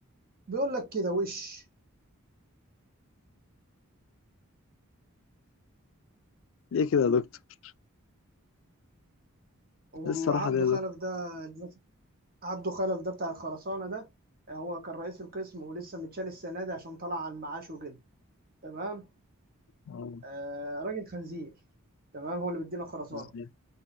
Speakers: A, on the right; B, on the left.
A: بيقول لك كده وش
B: ليه كده يا دكتور
A: وعبده
B: ايه الصراحة دي يا دكتور
A: خلف ده اللي ماسك- عبده خلف ده بتاع الخرسانه ده هو كان رئيس القسم ولسه متشال السنه دي عشان طلع على المعاش وكده تمام
B: اه
A: آه راجل خنزير تمام هو اللي بيدينا خرسانه
B: ازاي